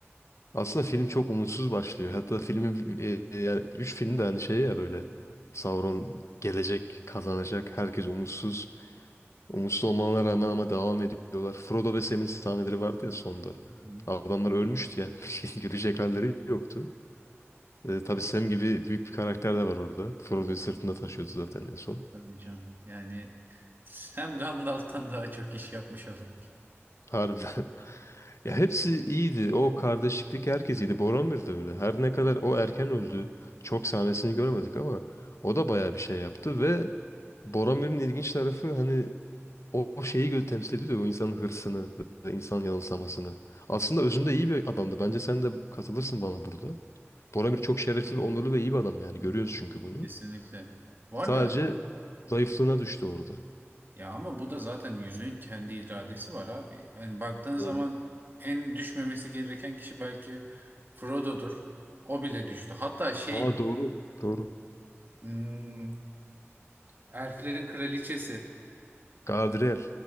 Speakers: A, on the left (about 75°); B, on the right (about 45°).
A: Aslında film çok umutsuz başlıyor. Hatta filmin e, e, yani 3 film de hani şey ya böyle Sauron gelecek, kazanacak, herkes umutsuz. Umutsuz olmalarına rağmen ama devam ediyorlar. Frodo ve Sam'in sahneleri vardı ya sonda.
B: Hı hı.
A: Adamlar ölmüştü yani. <laughs> Yürüyecek halleri yoktu. Ee, tabii Sam gibi büyük bir karakter de var orada. Frodo'yu sırtında taşıyordu zaten en son.
B: Tabii canım. Yani hem Gandalf'tan daha çok iş yapmış olurduk.
A: Harbiden. <laughs> Ya hepsi iyiydi. O kardeşlikteki herkes iyiydi. Boromir de öyle. Her ne kadar o erken öldü. Çok sahnesini göremedik ama o da bayağı bir şey yaptı ve Boromir'in ilginç tarafı hani O, o şeyi gö- temsil ediyor ya, o insanın hırsını ve insan yanılsamasını. Aslında özünde iyi bir adamdı. Bence sen de katılırsın bana burada. Boramir çok şerefli ve onurlu ve iyi bir adam yani. Görüyoruz çünkü bunu.
B: Kesinlikle. Bu
A: Sadece
B: arada
A: zayıflığına düştü orada.
B: ya ama bu da zaten yüzüğün kendi iradesi var abi. Yani baktığın zaman
A: Hı hı.
B: en düşmemesi gereken kişi belki Frodo'dur. O bile düştü. Hatta şey
A: Aa doğru. Doğru.
B: hmm, Elflerin kraliçesi
A: Galadriel.